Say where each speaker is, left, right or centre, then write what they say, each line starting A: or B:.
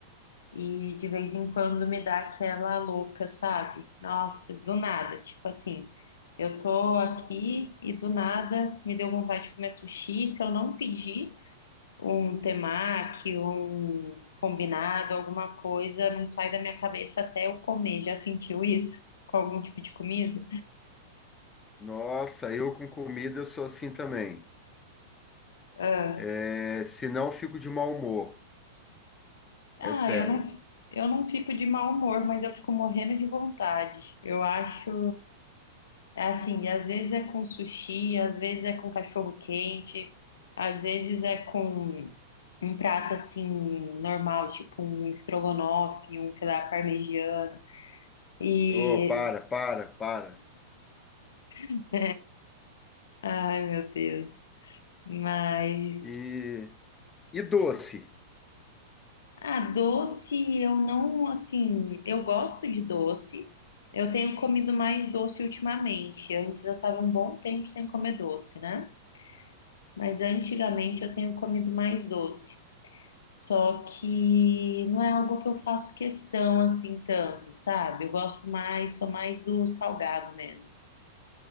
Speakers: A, on the left; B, on the left.
A: E de vez em quando me dá aquela louca, sabe? Nossa, do nada, tipo assim, eu tô aqui e do nada me deu vontade de comer sushi. Se eu não pedir, um temaki, um combinado, alguma coisa, não sai da minha cabeça até eu comer. Já sentiu isso com algum tipo de comida?
B: Nossa, eu com comida eu sou assim também.
A: Ah,
B: É, senão eu fico de mau humor.
A: ah,
B: É sério.
A: eu não, eu não fico de mau humor, mas eu fico morrendo de vontade. Eu acho, é assim, e às vezes é com sushi, às vezes é com cachorro quente, às vezes é com um prato assim normal, tipo um estrogonofe, um filé parmegiano. E
B: Oh, para, para, para.
A: <laughs> Ai, meu Deus. Mas,
B: E, e doce.
A: ah, doce, eu não, assim, eu gosto de doce. Eu tenho comido mais doce ultimamente. Antes eu estava um bom tempo sem comer doce, né? Mas antigamente eu tenho comido mais doce. Só que não é algo que eu faço questão assim tanto, sabe? Eu gosto mais, sou mais do salgado mesmo.